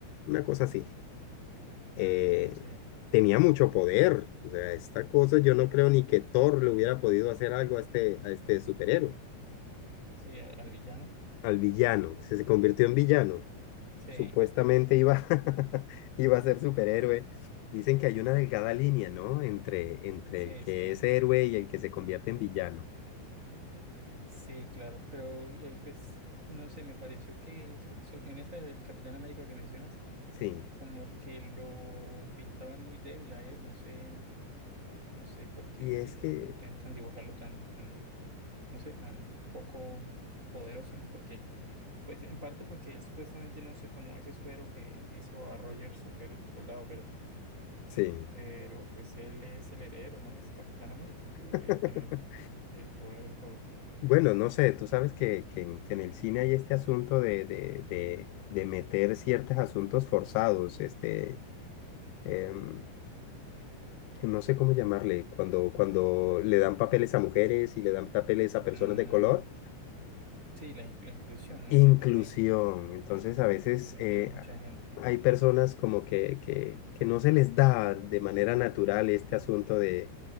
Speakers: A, on the left; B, on the right.
A: una cosa así. Eh,
B: Mm, sí.
A: tenía mucho poder. O sea, esta cosa yo no creo ni que Thor le hubiera podido hacer algo a este, a este superhéroe,
B: Sí, al, al villano.
A: al villano, que se se convirtió en villano.
B: Sí,
A: Supuestamente iba, <laughs> iba a ser superhéroe. Dicen que hay una delgada línea, ¿no? Entre, entre
B: sí,
A: el que
B: sí.
A: es héroe y el que se convierte en villano.
B: Sí, claro. Pero, eh, pues, no sé, me pareció que so- so- en esa del Capitán América que mencionas,
A: Sí.
B: como que lo pintaban muy débil a él. No sé, no sé por qué
A: Y es que,
B: intentan dibujarlo tan, tan, no sé, tan poco poderoso, ¿no? Porque, pues, en parte porque él supuestamente no se tomó ese suero que hizo a Roger super soldado, pero,
A: sí.
B: pero, pues, él es el heredero, ¿no? Es Capitán América, entonces debería
A: <laughs>
B: tener el poder de todo.
A: Bueno, no sé, tú sabes que, que, en que en el cine hay este asunto de, de, de, de meter ciertos asuntos forzados, este, em, no sé cómo llamarle, cuando, cuando le dan papeles a mujeres y le dan papeles a personas
B: Mm,
A: de color
B: sí, la, inclu- la inclusión, ¿no?
A: Inclusión.
B: Que pone-
A: Entonces, a veces
B: mm, meter
A: eh,
B: a mucha
A: a-
B: gente.
A: hay personas como que, que, que no se les da de manera natural este asunto de,